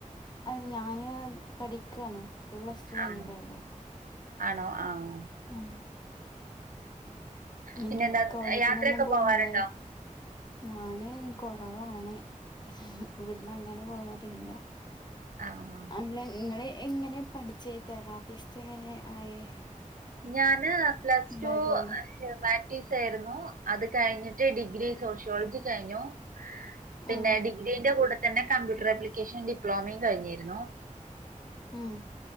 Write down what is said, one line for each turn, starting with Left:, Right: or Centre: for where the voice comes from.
Left: അത് ഞാന് പഠിക്കാണ് പ്പം പ്ലസ്ടു കഴിഞ്ഞതേ
Right: ആണ്.
Left: ഉള്ളു
Right: ആണോ ആഹ്
Left: ഉം ന്ന്ട്ട്
Right: പിന്നെന്താ
Left: കോളേജിലൊന്നും
Right: യാത്രയൊക്കെ
Left: പോയ്നില്ലേ
Right: പോവാറുണ്ടോ?
Left: ഞാന് കൊറവാണ് ഇവിടന്നങ്ങനെ പോവാറില്ല
Right: ആഹ്
Left: അല്ല ഇങ്ങള് എങ്ങനെ പഠിച്ചേ തെറാപ്പിസ്റ്റെങ്ങനെ ആയെ
Right: ഞാന് പ്ലസ്ടൂ
Left: ബാക്ക്ഗ്രൗണ്ട്
Right: ഹ്യുമാനിറ്റീസാരുന്നു അത് കഴിഞ്ഞിട്ട് ഡിഗ്രി സോഷ്യോളജി കഴിഞ്ഞു പിന്നെ
Left: ഉം
Right: ഡിഗ്രീന്റെ കൂടെ തന്നെ കമ്പ്യൂട്ടറാപ്ലിക്കേഷൻ ഡിപ്ലോമയും കഴിഞ്ഞിരുന്നു
Left: ഉം